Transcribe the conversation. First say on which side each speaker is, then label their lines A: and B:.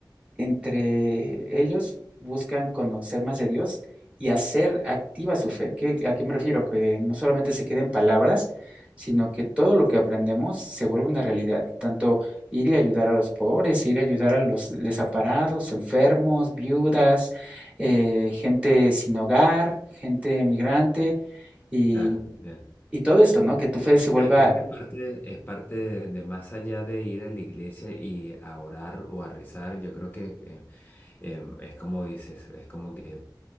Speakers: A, on the right (about 15°); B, on the left (about 25°).
A: entre ellos buscan conocer más de Dios y hacer activa su fe. ¿Qué- ¿A qué me refiero? Que no solamente se queden palabras, sino que todo lo que aprendemos se vuelve una realidad. Tanto ir y ayudar a los pobres, ir a ayudar a los desamparados, enfermos, viudas, eh, gente sin hogar, gente migrante y,
B: Claro, bien.
A: y todo esto, ¿no? Que tu fe se vuelva
B: Sí, creo que es parte, es parte de, de más allá de ir a la iglesia y a orar o a rezar, yo creo que eh, em, es como dices, es como que